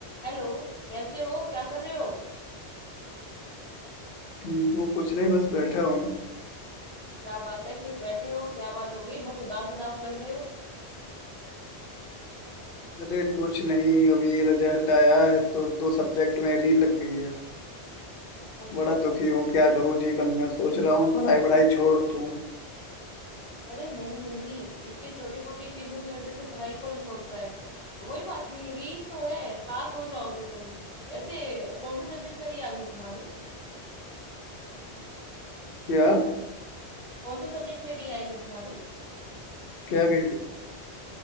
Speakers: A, in the centre; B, on the left.
A: Hello कैसे हो क्या कर रहे हो
B: ठीक हूँ कुछ नहीं बस बैठा हूँ
A: क्या बात है सिर्फ बैठे हो क्या बात हो गई बहुत उदास उदास लग रहे हो
B: अरे कुछ नहीं अभी रिजल्ट आया है तो दो सब्जेक्ट में री लग गई है
A: अच्छा
B: बड़ा
A: अच्छा
B: दुखी हूँ क्या करूँ जीवन में सोच रहा हूँ पढ़ाई वढ़ाई छोड़ दूँ
A: अरे नहीं नहीं इतनी छोटी मोटी चीजों की वजह से पढ़ाई कौन छोड़ता है कोई बात नहीं री तो है पास हो जाओगे तुम वैसे कौन से सब्जेक्ट में री आ गई तुम्हारी
B: क्या
A: कौन से सब्जेक्ट में री आई है तुम्हारी
B: क्या कह-